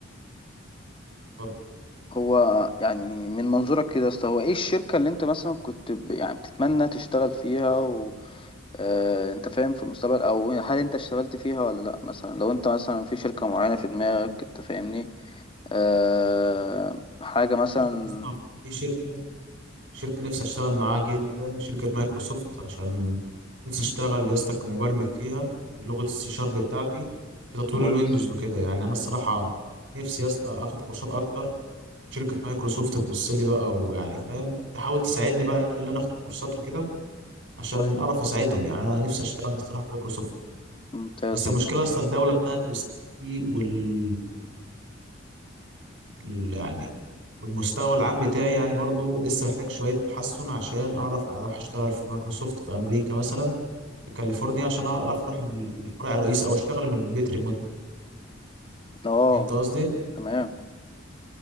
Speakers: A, on the right; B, on the left.
A: بتتفضل
B: هو يعني من منظورك كده يا اسطى هو ايه الشركه اللي انت مثلا كنت ب... يعني بتتمنى تشتغل فيها و... آه انت فاهم في المستقبل او هل انت اشتغلت فيها ولا لا مثلا لو انت مثلا في شركه معينه في دماغك انت فاهمني آه حاجه مثلا
A: شركة لسه- في شركة شركة نفسي اشتغل معاها جدا شركة مايكروسوفت عشان نفسي اشتغل يا اسطى كمبرمج فيها بلغة السي شارب بتاعتي في تطوير
B: كويس
A: الويندوز وكده يعني انا الصراحة نفسي يا اسطى اخد كورسات اكتر وشركة مايكروسوفت تبص لي بقى ويعني فاهم تحاول تساعدني بقى ان انا اخد كورسات وكده عشان
B: كويس
A: اعرف اساعدهم يعني انا نفسي اشتغل الصراحة في مايكروسوفت
B: ممتاز
A: بس
B: والله
A: المشكله اصلا الدوله بتاعتي وسياستي وال وال- يعني والمستوى العام بتاعي يعني برضو لسه محتاج شويه تحسن عشان اعرف اروح اشتغل في مايكروسوفت في امريكا مثلا في كاليفورنيا عشان اعرف اروح ال- الفرع الرئيسي او اشتغل من البيت ريموتلي
B: اه
A: فهمت قصدي
B: تمام